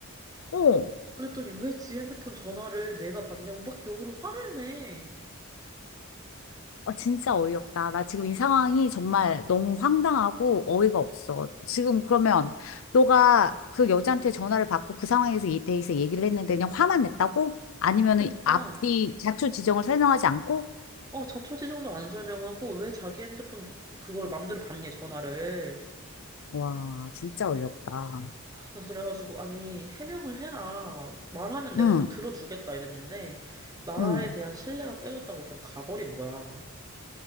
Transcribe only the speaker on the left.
어.
아 진짜 어이없다. 나 지금 이 상황이 정말 너무 황당하고 어이가 없어. 지금 그러면 너가 그 여자한테 전화를 받고 그 상황에서 이 대해서 얘기를 했는데 그냥 화만 냈다고? 아니면은
앞뒤 자초 지정을 설명하지 않고?
와, 진짜 어이없다.
응.
응.